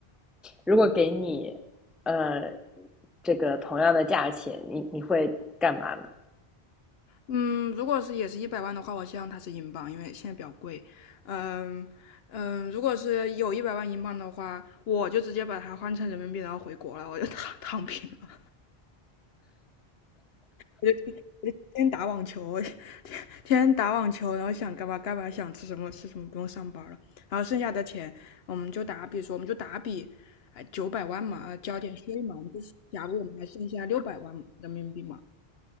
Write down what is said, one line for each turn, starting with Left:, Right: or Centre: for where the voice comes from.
Centre: 如果给你，呃，这个同样的价钱，你你会干嘛呢？
Left: 嗯，如果是也是一百万的话，我希望它是英镑，因为现在比较贵。嗯嗯，如果是有一百万英镑的话，我就直接把它换成人民币，然后回国了，我就躺躺平了我就天我就天天打网球，我天天天打网球，然后想干嘛干嘛，想吃什么吃什么，不用上班了。然后剩下的钱，我们就打比说，我们就打比，哎，九百万嘛，呃交点税嘛，我们就是假如我们还剩下六百万人民币嘛，